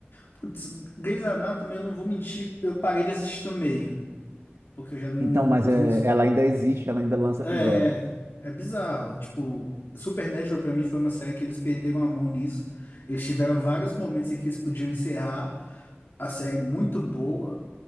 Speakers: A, on the left (about 60°); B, on the right (about 90°).
A: putz, Grey's Anatomy, eu não vou mentir, eu parei de assistir no meio, porque eu já não
B: Então, mas
A: os
B: é,
A: meus
B: ela ainda existe, ela ainda lança
A: é
B: episódio.
A: é bizarro, tipo, Supernatural pra mim foi uma série que eles perderam a mão nisso. Eles tiveram vários momentos em que eles podiam encerrar a série muito boa